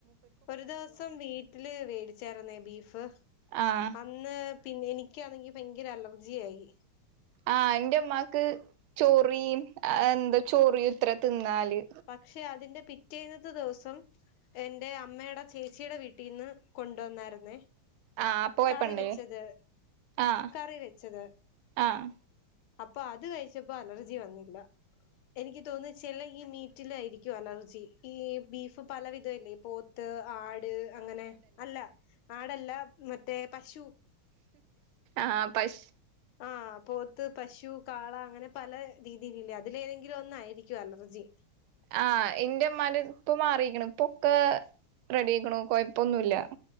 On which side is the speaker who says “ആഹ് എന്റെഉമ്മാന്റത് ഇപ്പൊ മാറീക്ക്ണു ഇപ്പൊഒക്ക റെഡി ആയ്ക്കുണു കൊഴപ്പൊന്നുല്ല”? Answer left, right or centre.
Right